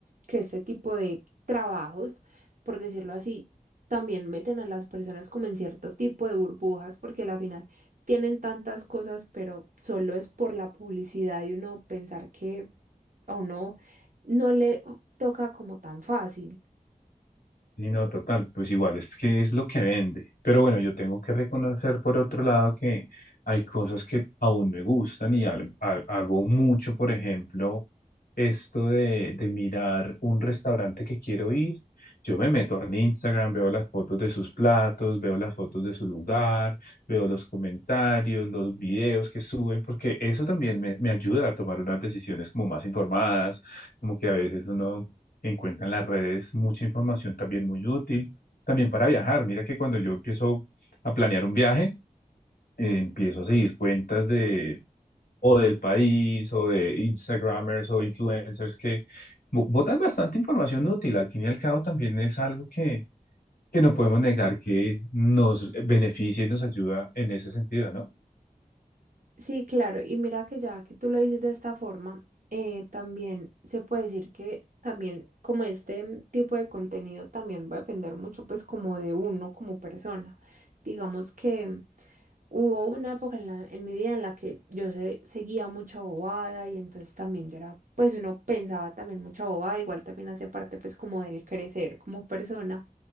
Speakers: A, on the right (about 65°); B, on the left (about 85°).
A: que este tipo de trabajos, por decirlo así, también meten a las personas como en cierto tipo de burbujas porque a la final tienen tantas cosas, pero solo es por la publicidad y uno pensar que a uno no le toca como tan fácil.
B: Sí, no, total, pues igual es que es lo que vende. Pero bueno, yo tengo que reconocer por otro lado que hay cosas que aún me gustan y al- ha- hago mucho, por ejemplo, esto de, de mirar un restaurante que quiero ir. Yo me meto al Instagram, veo las fotos de sus platos, veo las fotos de su lugar, veo los comentarios, los videos que suben, porque eso también me, me ayuda a tomar unas decisiones como más informadas, como que a veces uno encuentra en las redes mucha información también muy útil, también para viajar. Mira que cuando yo empiezo a planear un viaje, eh, empiezo a seguir cuentas de o del país o de Instagramers o influencers que bo- botan bastante información útil. Al fin y al cabo también es algo que, que no podemos negar que nos beneficia y nos ayuda en ese sentido, ¿no?
A: Sí, claro, y mira que ya que tú lo dices de esta forma, eh, también se puede decir que también como este mm, tipo de contenido también va a depender mucho pues como de uno como persona. Digamos que mm, hubo una época en la, en mi vida en la que yo se, seguía mucha bobada y entonces también yo era pues uno pensaba también mucha bobada, igual también hace parte pues como del crecer como persona.